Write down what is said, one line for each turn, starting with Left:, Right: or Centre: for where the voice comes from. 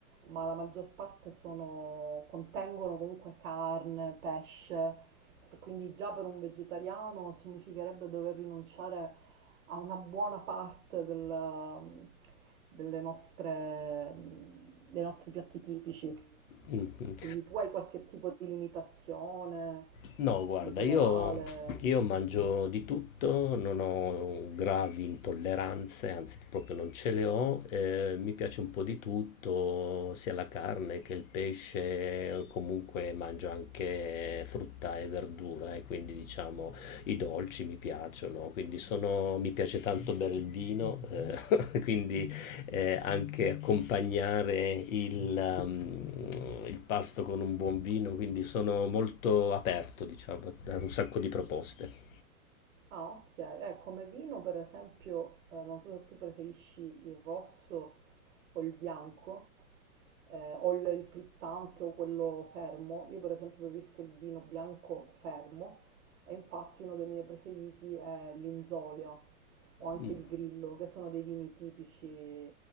Right: ma la maggior parte sono- contengono comunque carne, pesce, e quindi già per un vegetariano significherebbe dover rinunciare a una buona parte del- delle nostre- dei nostri piatti tipici.
Left: Mhm.
Right: Quindi tu hai qualche tipo di limitazione
Left: No, guarda,
Right: in generale?
Left: io, io mangio di tutto, non ho gravi intolleranze, anzi proprio non ce le ho, eh, mi piace un po' di tutto, sia la carne che il pesce, comunque mangio anche frutta e verdura e quindi diciamo i dolci mi piacciono, quindi sono, mi piace tanto bere il vino, eh, <laughs> quindi eh, anche accompagnare il, um, il pasto con un buon vino, quindi sono molto aperto, diciamo, a un sacco di proposte.
Right: Ah, ok. Eh, come vino, per esempio, eh, non so se tu preferisci il rosso o il bianco, eh, o il, il frizzante o quello fermo. Io, per esempio, preferisco il vino bianco fermo e infatti uno dei miei preferiti è l'inzolio o anche
Left: Mm,
Right: il grillo, che sono dei vini tipici